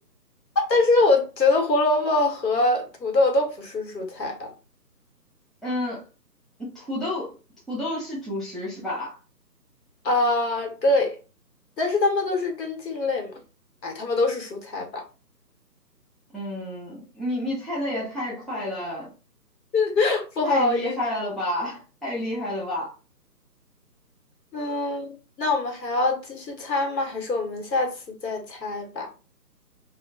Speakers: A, on the left (about 80°); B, in the centre.
A: 是我觉得胡萝卜和土豆都不是蔬菜啊。
B: 嗯，土豆，土豆是主食是吧？
A: 啊，对，但是它们都是根茎类嘛。哎，它们都是蔬菜吧？
B: 嗯，你你猜的也太快了，
A: <laughs> 不好意思，
B: 太厉害了吧，太厉害了吧！
A: 嗯，那我们还要继续猜吗？还是我们下次再猜吧？